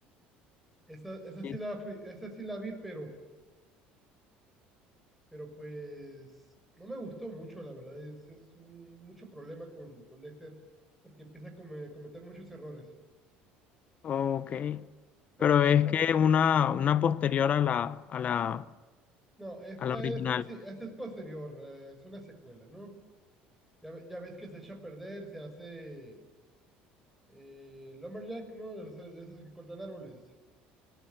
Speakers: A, in the centre; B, on the left.
A: Esa, esa
B: sí,
A: sí la fui, esa sí la vi, pero, pero pues no me gustó mucho, la verdad. Es, es un, mucho problema con, con Dexter, porque empieza a come- cometer muchos errores.
B: Ok.
A: Pero,
B: Pero
A: y,
B: es que una, una posterior a la, a la,
A: no, esta
B: a la original.
A: es, sí, esta es posterior, eh, es una secuela, ¿no? Ya, ve- ya ves que se echa a perder, se hace eh, Lumberjack, ¿no? De los- de esos que cortan árboles.